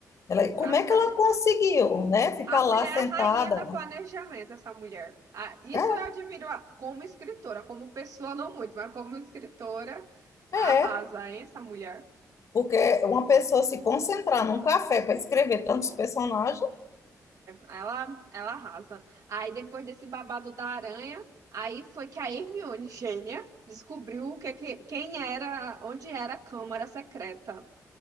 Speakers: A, on the left; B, on the right.
A: Ela,
B: um
A: como
B: café.
A: é que ela conseguiu, né? Ficar
B: A mulher
A: lá
B: é
A: sentada.
B: a rainha da planejamento, essa mulher. Ah, isso
A: É,
B: eu admiro ah, como escritora, como pessoa não muito, mas como escritora, arrasa,
A: é,
B: hein, essa mulher.
A: porque uma pessoa se concentrar num café para escrever tantos personagens,
B: Ela, ela arrasa. Aí depois desse babado da aranha, aí foi que a Hermione, gênia, descobriu o que, que- quem era, onde era a Câmara Secreta.